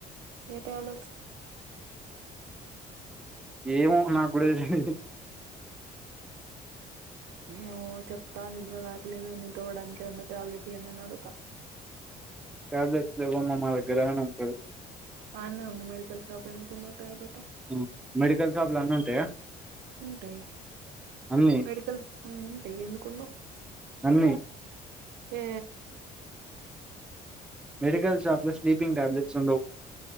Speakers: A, on the right; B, in the centre.
A: ఏ ట్యాబ్లెట్స్
B: ఏమో నాకూడా తెలీదు
A: ఏమో చెప్తా నిద్ర రాట్లేదు నిద్ర పోవ్వడానికి ఏదన్న టాబ్లెట్ ఇయ్యండి అని అడగుతా <unintelligible>
B: ట్యాబ్లెట్స్ లేవమ్మా మా దగ్గర అని అంటాడు
A: ఆన్నే ఉంది మెడికల్ షాప్ ఎందుకు ఉండవు టాబ్లెట్
B: ఉ మెడికల్ షాప్ లో అన్నీ ఉంటాయా
A: ఉంటాయి
B: అన్ని
A: మెడికల్ ఉంటాయి ఎందుకుండవు
B: అన్నీ
A: ఏ
B: మెడికల్ షాప్ లో స్లీపింగ్ టాబ్లెట్స్ ఉండవు